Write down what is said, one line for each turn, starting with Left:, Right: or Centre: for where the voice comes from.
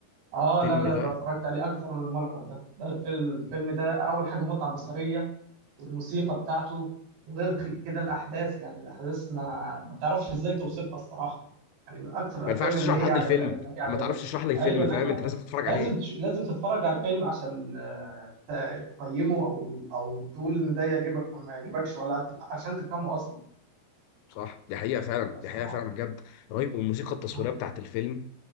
Right: اه
Left: الفيلم
Right: لا لا ده
Left: ده
Right: اتفرجت عليه اكتر من مره ده ده الفيلم الفيلم ده اول حاجه متعه بصريه والموسيقى بتاعته وغير ك- كده الاحداث يعني الاحداث ما ما تعرفش ازاي توصفها الصراحه يعني من اكتر الافلام
Left: ما ينفعش
Right: اللي
Left: تشرح
Right: هي
Left: لحد
Right: عجب
Left: الفيلم
Right: اللي هي عجبتني
Left: ما تعرفش تشرح لي الفيلم
Right: ايوه لا
Left: فاهم
Right: لا
Left: انت
Right: لا
Left: لازم تتفرج
Right: لازم
Left: عليه
Right: تش... لازم تتفرج على الفيلم عشان آه، ت- تقيمه او او تقول ان ده يعجبك وما يعجبكش ولا تف... عشان تفهمه اصلا
Left: صح دي حقيقة فعلا
Right: الصراحه
Left: دي حقيقة فعلا بجد رهيب والموسيقى التصويرية
Right: آه،
Left: بتاعت الفيلم